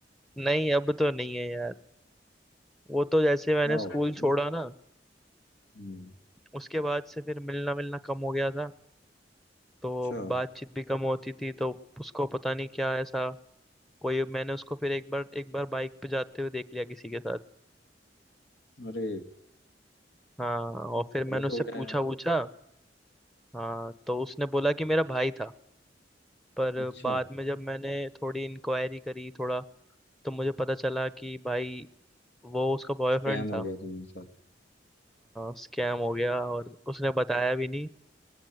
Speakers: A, in the centre; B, on the left.
A: नहीं अब तो नहीं है यार वो तो जैसे मैंने
B: क्या हो गया
A: स्कूल
B: भाई
A: छोड़ा ना
B: हम्म,
A: उसके बाद से फिर मिलना मिलना कम हो गया था तो
B: अच्छा
A: बातचीत भी कम होती थी तो उसको पता नहीं क्या ऐसा कोई मैंने उसको फिर एक बार एक बार बाइक पे जाते हुए देख लिया किसी के साथ
B: अरे
A: हाँ
B: ये
A: और फिर मैंने
B: गलत
A: उससे
B: हो गया
A: पूछा
B: यार
A: पूछा हाँ तो उसने बोला कि मेरा भाई था पर
B: अच्छा
A: बाद में जब मैंने थोड़ी इंक्वायरी करी थोड़ा तो मुझे पता चला कि भाई वो उसका बॉयफ्रेंड
B: स्कैम हो
A: था
B: गया तुम्हारे साथ
A: स्कैम हो गया और उसने बताया भी नहीं